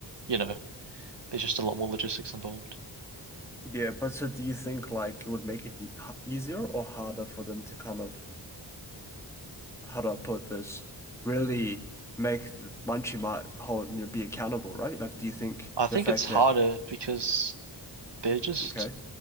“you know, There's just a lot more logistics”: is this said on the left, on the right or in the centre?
Right